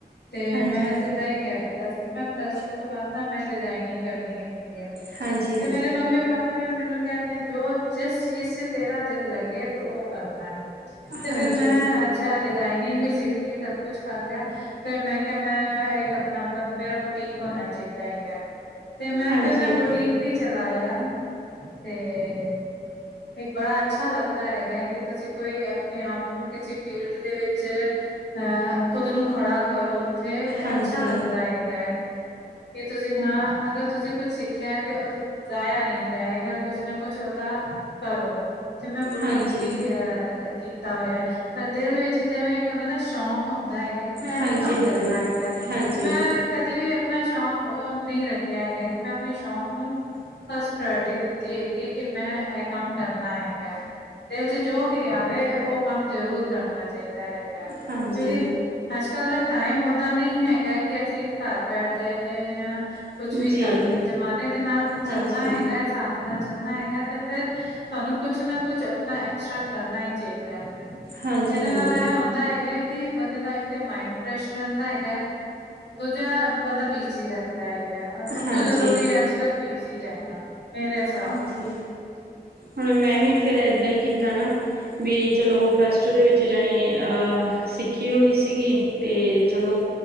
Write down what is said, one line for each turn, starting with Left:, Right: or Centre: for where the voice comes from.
Left: ਤੇ
Right: ਹਾਂਜੀ
Left: ਮੈਂ ਸਿੱਧਾ ਹੀ ਕਹਿ ਦਿੱਤਾ ਸੀ ਮੈਂ ਪਲੱਸ ਟੂ ਤੋਂ ਬਾਅਦ ਨਾ ਮੈਂ ਡਿਜ਼ਾਇਨਿੰਗ ਕਰਨੀ ਏ।
Right: ਹਾਂਜੀ ਹਾਂਜੀ
Left: ਤੇ
Right: ਹਾਂਜੀ
Left: ਮੇਰੇ ਮੰਮੀ, ਪਾਪਾ ਨੇ ਵੀ ਮੈਨੂੰ ਕਹਿਨੇ ਜੋ ਜਿਸ ਚੀਜ਼ ਚ ਤੇਰਾ ਦਿਲ ਲੱਗੇ ਤੁ ਓਂ ਕਰਨਾ ਏ। ਤੇ
Right: ਹਾਂਜੀ
Left: ਫੇਰ ਮੈਂ ਅੱਛਾ, ਡਿਜ਼ਾਇਨਿੰਗ ਵੀ ਸਿੱਖ ਲਈ ਸਭ ਕੁਛ ਕਰ ਲਿਆ ਫਿਰ ਮੈਂ ਕਿਹਾ, ਮੈਂ ਇੱਕ ਮਤਲਬ ਮੇਰਾ ਬੁਟੀਕ ਹੋਣਾ ਚਾਹੀਦਾ ਹੈਗਾ ਤੇ ਮੈਂ
Right: ਹਾਂਜੀ
Left: ਫੇਰ ਮੈਂ ਬੁਟੀਕ ਵੀ ਚਲਾਇਆ ਤੇ। ਇੱਕ ਬੜਾ ਅੱਛਾ ਲੱਗਦਾ ਹੈਗਾ ਹੈ ਕਿ ਤੁਸੀਂ ਕੋਈ ਆਪਣੇ ਆਪ ਨੂੰ ਕਿਸੇ ਫੀਲਡ ਦੇ ਵਿੱਚ ਅਹ ਖੁਦ ਨੂੰ ਖੜਾ ਕਰੋ ਉੱਥੇ, ਤੇ
Right: ਹਾਂਜੀ
Left: ਪਤਾ ਲੱਗਦਾ ਹੈਗਾ ਹੈ ਕਿ ਤੁਸੀਂ ਹਾਂ, ਅਗਰ ਤੁਸੀਂ ਕੁੱਛ ਸਿੱਖਿਆ ਹੈ ਤੇ ਜਾਇਆ ਨਹੀਂ ਜਾਏਗਾ ਕੁਛ ਨਾ ਕੁਛ ਉਹਦਾ ਕਰੋ। ਤੇ ਮੈਂ ਬੁਟੀਕ
Right: ਹਾਂਜੀ
Left: ਵੀ
Right: ਹਾਂਜੀ
Left: ਅਹ ਕੀਤ ਕੀਤਾ ਹੋਇਆ ਏ ਪਰ ਦਿਲ ਵਿੱਚ ਜਿਵੇਂ ਇੱਕ ਹੁੰਦਾ ਨਾ ਸ਼ੌਂਕ ਹੁੰਦਾ ਹੈਗਾ ਕਿ ਮੈਂ
Right: ਹਾਂਜੀ
Left: ਵੀ ਕੰਮ
Right: ਹਾਂਜੀ ਹਾਂਜੀ
Left: ਕਰਨਾ ਹੈਗਾ।
Right: ਹਾਂਜੀ
Left: ਤੇ ਮੈਂ ਕਦੇ ਵੀ ਆਪਣਾ ਸ਼ੌਕ ਔਹ ਨਹੀਂ ਰੱਖਿਆ ਹੈਗਾ ਕਿ ਮੈਂ ਆਪਣੇ ਸ਼ੌਕ ਨੂੰ ਫਸਟ ਪ੍ਰਾਇਰਿਟੀ ਦਿੱਤੀ ਹੈਗੀ ਹੈ। ਕਿ ਮੈਂ ਏਹ ਕੰਮ ਕਰਨਾ ਹੈਗਾ। ਤੇ ਔਥੇ ਜੋ ਵੀ ਆਵੇ ਔ ਕੰਮ ਜ਼ਰੂਰ ਕਰਨਾ ਚਾਹੀਦਾ ਹੈਗਾ, ਕਿਉਂਕਿ
Right: ਹਾਂਜੀ
Left: ਅੱਜ ਕੱਲ ਦਾ ਟਾਈਮ ਔਦਾਂ ਨਹੀਂ ਹੈਗਾ ਕਿ ਅਸੀਂ ਘਰ ਬੈਠ ਜਾਈਏ ਜਾਂ
Right: ਹਾਂਜੀ
Left: ਕੁਛ ਵੀ
Right: ਜੀ
Left: ਕਰ ਲਈਏ ਜਮਾਨੇ ਦੇ ਨਾਲ ਚੱਲਣਾ
Right: ਹਾਂਜੀ,
Left: ਹੈਗਾ ਹੈ, ਸਾ ਅਬ ਨਾਲ ਚੱਲਣਾ ਹੈਗਾ ਤੇ ਫਿਰ ਤੁਹਾਨੂੰ ਕੁਛ ਨਾ ਕੁਛ ਆਪਣਾ ਐਕਸਟਰਾ ਕਰਨਾ ਹੀ ਚਾਹੀਦਾ ਹੈ।
Right: ਹਾਂਜੀ,
Left: ਏਦੇ
Right: ਹਾਂਜੀ,
Left: ਨਾਲ ਏਹ ਹੁੰਦਾ ਹੈਗਾ ਹੈ ਕਿ ਬੰਦੇ ਦਾ ਇੱਕ ਤੇ ਮਾਇੰਡ ਫਰੈਸ਼ ਰਹਿੰਦਾ ਹੈ। ਏਗਾ ਦੂਜਾ ਬੰਦਾ ਬਿਜੀ ਰਹਿੰਦਾ ਹੈਗਾ ਸਭ
Right: ਹਾਂਜੀ,
Left: ਤੋਂ ਜ਼ਰੂਰੀ ਅੱਜ ਕੱਲ ਬਿਜ਼ੀ ਰਹਿਣਾ। ਮੇਰੇ ਹਿਸਾਬ
Right: ਹਾਂਜੀ,
Left: ਨਾਲ
Right: ਹੁਣ ਮੈਂ ਵੀ ਫੇਰ ਏਦਾਂ ਈ ਕੀਤਾ ਨਾ- ਵੀ ਚਲੋ ਪਲਸਟੁ ਦੇ ਵਿੱਚ ਜਾਣੀ ਅਹ ਸਿੱਖੀ ਹੋਈ ਸੀਗੀ ਤੇ ਚਲੋ